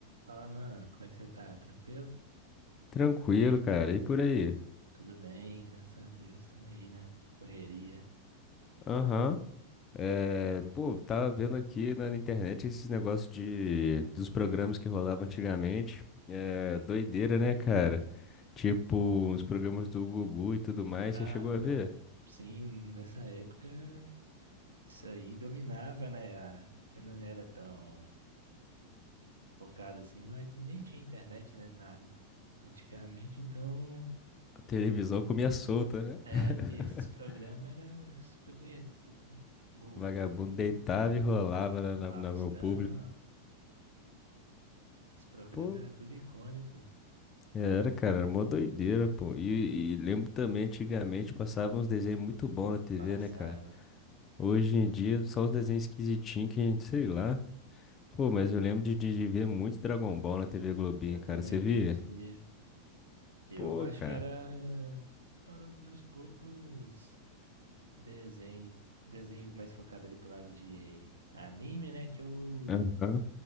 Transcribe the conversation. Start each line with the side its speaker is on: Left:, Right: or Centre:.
Right: Fala, mano, como é que você tá? Tranquilo?
Left: Tranquilo, cara. E por aí?
Right: Tudo bem, graças a Deus, tamo aí na correria.
Left: Aham. É, pô, tava vendo aqui na internet esses negócios de, dos programas que rolavam antigamente. É, doideira, né, cara? Tipo, os programas do Gugu e tudo mais.
Right: Ah,
Left: Você chegou
Right: né
Left: a ver?
Right: sim, nessa época isso aí dominava, né? A- Que não era tão focado assim, não, é- nem tinha internet, né? Nada. Antigamente, então,
Left: A televisão comia solta, né?
Right: é,
Left: <laughs>
Right: e esses programas eram super conhecidos. Gugu,
Left: Vagabundo deitava e rolava na, na,
Right: Faustão,
Left: na- no público.
Right: esses programas
Left: Pô,
Right: eram tudo icônico.
Left: era, cara, era mó doideira, pô. E, e lembro também, antigamente, passava uns desenhos muito bons na TV,
Right: Passava.
Left: né, cara? Hoje em dia, só os desenhos esquisitinhos que a gente, sei lá. Pô, mas eu lembro de, de, de ver muito Dragon Ball na TV Globinho,
Right: Eu
Left: cara.
Right: também
Left: Você via?
Right: assistia. Eu
Left: Pô,
Right: acho
Left: cara.
Right: que era, era um dos poucos desenhos, desenhos mais focados ali pro lado de anime, né? Que eu,
Left: Aham.